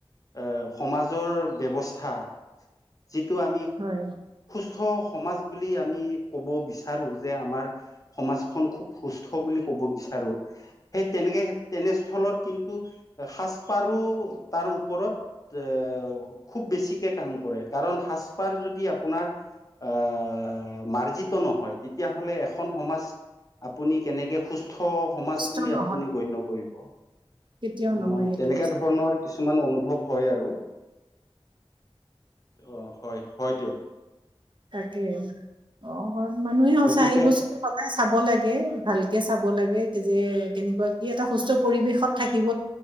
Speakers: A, on the left (about 35°); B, on the right (about 50°).
A: এ সমাজৰ ব্যৱস্থা, যিটো আমি
B: হয়।
A: সুস্থ সমাজ বুলি আমি ক'ব বিচাৰো, যে আমাৰ সমাজখন খুব সুস্থ বুলি ক'ব বিচাৰো। সেই তেনেকে তেনেস্থলত কিন্তু সাজপাৰো তাৰ ওপৰত এ খুব বেছি কে কাম কৰে, কাৰণ সাজপাৰ যদি আপোনাৰ আহ মাৰ্জিত নহয়। তেতিয়াহ'লে এখন সমাজ আপুনি কেনেকে সুস্থ সমাজ
B: সুস্থ
A: বুলি
B: নহয়
A: আপুনি গণ্য কৰিব?
B: কেতিয়াও
A: আহ
B: নহয় সেইটো
A: তেনেকা
B: বস্তু
A: ধৰণৰ কিছুমান অনুভৱ হয় আৰু, অহ হয় হয় দিয়ক।
B: তাকে, <unintelligible> আমাৰ ঘৰত মানুহে সচা
A: গতিকে
B: আহিবই বস্তু চাব লাগে ভালকে চাব লাগে, যে কেনেকুৱা কি এটা সুস্থ পৰিৱেশত থাকিব